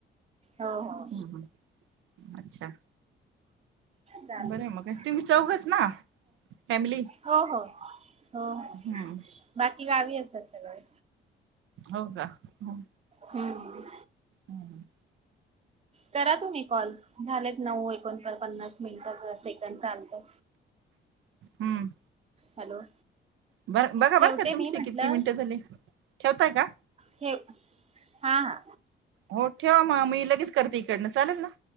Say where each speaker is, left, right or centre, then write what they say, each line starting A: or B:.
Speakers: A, on the right; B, on the right.
A: हो हो
B: हम्म हं अच्छा
A: चालेल.
B: बर आहे मग तुम्ही चौघच ना फॅमिली
A: हो हो हो हो
B: हम्म.
A: बाकी गावी असतात सगळे
B: हो का? हू
A: हम्म
B: हम्म
A: करा तुम्ही कॉल झालेत नऊ एकोण पन्नास मिनिटंच से त्यां चालतय.
B: हम्म
A: हॅलो
B: बर बघा
A: ठेवते
B: बरं का तुमचे
A: मी म्हटलं
B: किती मिनिटं झाले ठेवताय का?
A: ठेव हा हा.
B: हो ठेवा म मी लगेच करते इकडनं चालेल ना?